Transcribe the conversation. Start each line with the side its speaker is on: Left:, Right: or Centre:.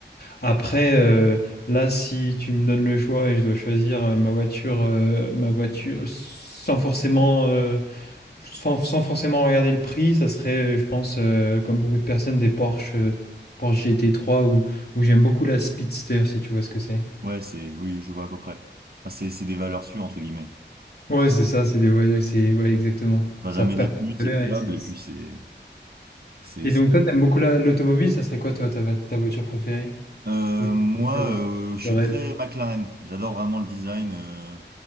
Left: Après, euh, là, si tu me donnes le choix et je dois choisir euh, ma voiture, euh, ma voiture sans forcément, euh, sans, sans forcément regarder le prix, ça serait, euh, je pense, euh, comme beaucoup de personnes, des Porsche, euh, Porsche gt trois ou ou j'aime beaucoup la Speedster, si tu vois ce que c'est.
Right: Ouais, c'est, oui, je vois à peu près. Ah, c'est, c'est des valeurs sûres, entre guillemets.
Left: Ouais, c'est ça, c'est des voitures, c'est ouais, exactement.
Right: Pas
Left: Ça
Right: jamais
Left: perd
Right: déçu,
Left: pas de
Right: c'est
Left: valeur et
Right: fiable,
Left: c'est.
Right: et puis c'est, c'est,
Left: Et
Right: c'est-
Left: donc toi, t'aimes beaucoup la- l'automobile, ça serait quoi toi ta, va- ta voiture préférée?
Right: Euh,
Left: Ou ta
Right: moi,
Left: voiture euh,
Right: euh, je suis
Left: de rêve?
Right: très McLaren. J'adore vraiment le design, euh,